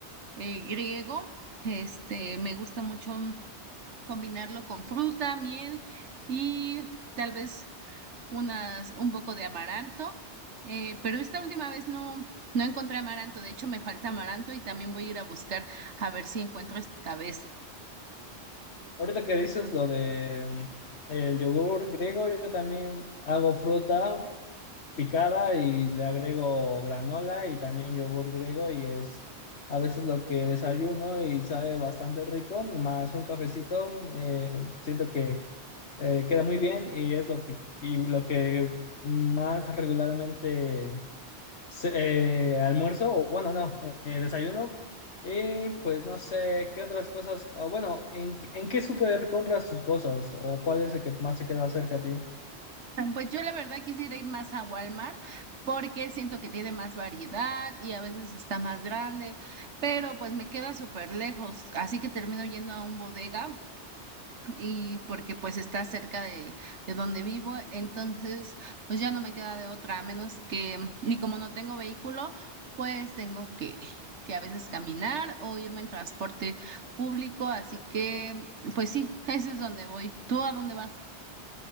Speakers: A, on the right; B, on the left.
A: eh, griego. Este, me gusta mucho combinarlo con fruta, miel y tal vez unas, un poco de amaranto. Eh, pero esta última vez no, no encontré amaranto, de hecho me falta amaranto y también voy a ir a buscar a ver si encuentro esta vez.
B: Ahorita que dices lo de mm, el yogur griego, yo también hago fruta picada y le agrego granola y también yogur griego y es a veces lo que desayuno y sabe bastante rico, más un cafecito, eh, siento que eh, queda muy bien y es lo que, y lo que más regularmente se- eh, almuerzo, o bueno, no, eh, eh, desayuno. Y pues no sé, ¿qué otras cosas? o bueno, ¿en, en qué súper compras tus cosas? ¿O cuál es el que más te queda cerca a ti?
A: <laughs> Pues yo la verdad quisiera ir más a Walmart porque siento que tiene más variedad y a veces está más grande, pero pues me queda súper lejos, así que termino yendo a un bodega y porque pues está cerca de, de donde vivo, entonces pues ya no me queda de otra, a menos que, y como no tengo vehículo, pues tengo que, que a veces caminar o irme en transporte público, así que pues sí, <laughs> ese es donde voy. ¿Tú a dónde vas?